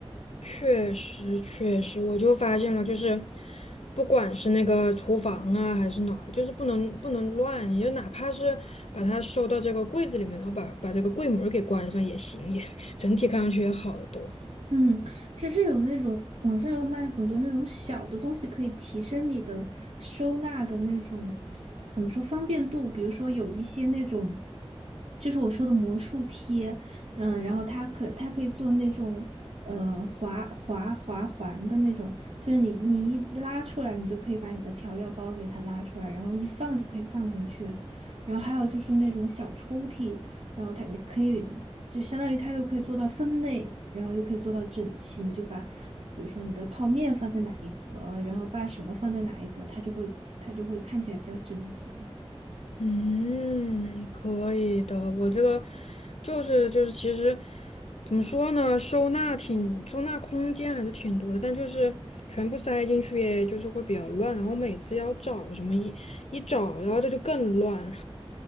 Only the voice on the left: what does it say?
确实，确实，我就发现了，就是不管是那个厨房啊，还是哪儿，就是不能不能乱，你就哪怕是把它收到这个柜子里面，然后把把这个柜门儿给关上也行，也整体看上去也好得多。
嗯，可以的。我这个就是就是，其实怎么说呢，收纳挺收纳空间还是挺多的，但就是全部塞进去，也就是会比较乱，然后每次要找什么一一找，然后这就更乱。